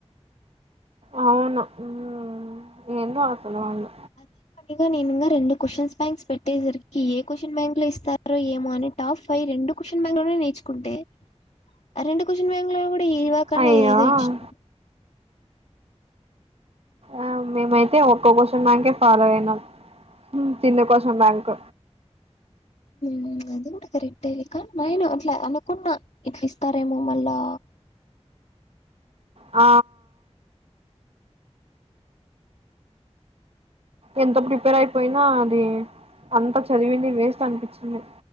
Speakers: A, on the right; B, on the left.
A: అవునా మ్ ఎందో అసలువాళ్ళు
B: అదే పనిగా నేను ఇంగ రెండు క్వశ్చన్స్ బ్యాంక్స్ పెట్టేసరికి ఏ క్వశ్చన్ బ్యాంక్ లో ఇస్తారో ఏమో అని టాప్ ఫైవ్ రెండు క్వశ్చన్ బ్యాంక్లో నేర్చుకుంటే ఆ రరెండు క్వశ్చన్ బ్యాంక్ టే ఇవాక్ అన్న
A: అయ్యో
B: ఎదో ఇచ్చిర్రు
A: ఆ మీమై తే ఒక్కో క్వశ్చన్ బ్యాంకే ఫాలో అయినాం చిన్న క్వశ్చన్ బ్యాంక్
B: మ్ అది కుడా కరెక్టే కానీ నేను అట్లా అనుకున్నా ఇట్లా ఇస్తారేమో మళ్ళా
A: ఆ ఎంతో ప్రిపేర్ అయిపోయినా అది అంత చదివింది వేస్ట్ అనిపించింది